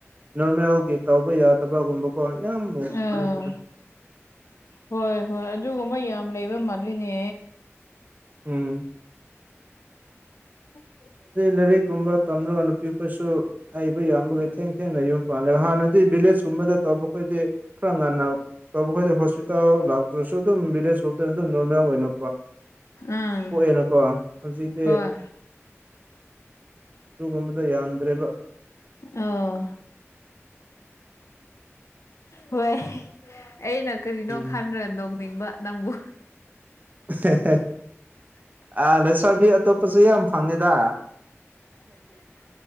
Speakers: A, on the right; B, on the left.
A: ꯅꯣꯔꯃꯦꯜꯒꯤ ꯇꯧꯕ ꯌꯥꯗꯕꯒꯨꯝꯕ ꯀꯣ ꯌꯥꯝꯕꯗꯤ
B: ꯑꯥ
A: ꯅꯠꯇꯦꯗ
B: ꯍꯣꯏ ꯍꯣꯏ ꯑꯗꯨꯒꯨꯝꯕ ꯌꯥꯝ ꯂꯩꯕ ꯃꯥꯜꯂꯤꯅꯦ
A: ꯎꯝ
B: ꯎꯝ <inaudible>
A: ꯂꯥꯏꯔꯤꯛ ꯒꯨꯝꯕ ꯇꯝꯂꯒ ꯅꯨꯄꯤ ꯈꯣꯏꯁꯨ ꯍꯩꯕ ꯌꯥꯕꯒꯤ ꯊꯦꯡ ꯊꯦꯡꯅ ꯌꯨꯝ ꯄꯥꯜꯂꯦꯕ ꯍꯥꯟꯅꯗꯤ ꯚꯤꯂꯦꯖꯀꯨꯝꯕꯗ ꯇꯧꯕꯈꯣꯏꯗꯤ ꯈꯔ ꯉꯟꯅ ꯑꯐꯈꯣꯢꯗꯤ ꯍꯣꯁꯄꯤꯇꯥꯜ ꯂꯥꯛꯇ꯭ꯔꯁꯨ ꯑꯗꯨꯝ ꯚꯤꯂꯦꯖꯀꯨꯝꯕꯇ ꯑꯗꯨꯝ ꯅꯣꯔꯃꯦꯜ ꯑꯣꯏꯅ
B: ꯎꯝ
A: ꯄꯣꯛꯑꯦꯅꯀꯣ ꯍꯧꯖꯤꯛꯗꯤ
B: ꯍꯣꯏ
A: ꯑꯗꯨꯒꯨꯝꯕꯗꯣ ꯌꯥꯝꯗ꯭ꯔꯦꯕ
B: ꯑꯥꯎ ꯍꯣꯏ ꯑꯩꯩꯅ ꯀꯔꯤꯅꯣ
A: ꯎꯝ
B: ꯈꯟꯈ꯭ꯔ ꯅꯣꯡꯅꯤꯡꯕ ꯅꯪꯕꯨ
A: <unintelligible> ꯑ ꯂꯩꯁꯥꯕꯤ ꯑꯇꯣꯞꯄꯁꯨ ꯌꯥꯝ ꯐꯪꯉꯤꯗ